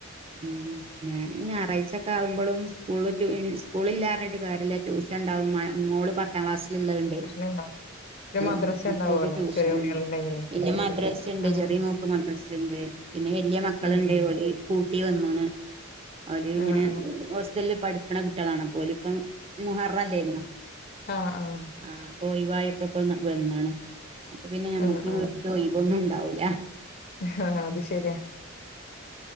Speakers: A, on the right; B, on the left.
A: ഉം. ന്നെ ഞാറഴ്ചൊക്കെ ആകുംമ്പോളും സ്കൂള് ട്യൂ സ്കൂളി ല്ലാർഞ്ഞ്യിട്ട് കാര്യല്ല ട്യൂഷൻ ഇണ്ടാവും മോള് പത്ത് ക്ലാസിൽ ഉള്ളതുണ്ട്
B: പ്രശ്നണ്ടാവും പിന്നെ
A: ആപോ
B: മദ്രസ ഉണ്ടാവോല്ലോ
A: ഓൾക് ട്യൂഷൻണ്ട്
B: ചെറിയ ഉണ്ണികളുണ്ടെങ്കിലേ
A: പിന്നെ മദ്രാണ്ട്
B: ആഹ്
A: ചെറിയ മോക്ക് മദ്രാസ് ണ്ട് പിന്നെ വലിയ മക്കളുണ്ട്
B: ആഹ്
A: ഓല പുട്ടി വന്നാണ് അവര് ഇങ്ങനെ
B: ആഹ്
A: ഹോസ്റ്റലിൽ പഠിക്കണ കുട്ടികളാണ് ഓല് ഇപ്പം മുഹറല്ലേ
B: ആഹ ആഹ
A: ആ പോയിവായപ്പോ ഇപ്പൊ വുന്നാണ് അപ്പൊ പിന്നെ ഞമ്മക്
B: ആഹ് ആഹ്
A: ഒന്നുംണ്ടാവുല്ല
B: ആഹ് അത് ശരിയാ